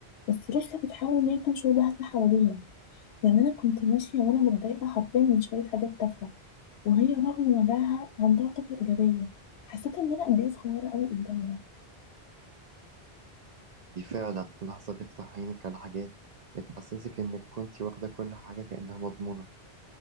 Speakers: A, on the left; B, on the right.
A: بس لسه بتحاول إن هي تنشر بهجة حواليها يعني أنا كنت ماشية وأنا متضايقة حرفيا من شوية حاجات تافهة وهي رغم وجعها عندها طاقة إيجابية حسيت إن أنا قد إيه صغيرة أوي قدامها
B: دي فعلا لحظة تفتح عينك على حاجات بتحسسك انك كنتي واخدة كل حاجة كأنها مضمونة